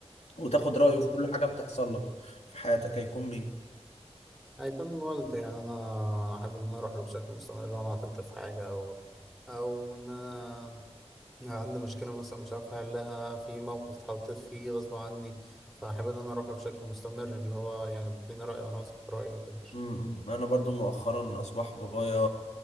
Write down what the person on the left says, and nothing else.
وتاخد رأيه
في كل حاجة بتحصل لك في حياتك هيكون مين؟
مم. انا برضو مؤخرا اصبح بابايا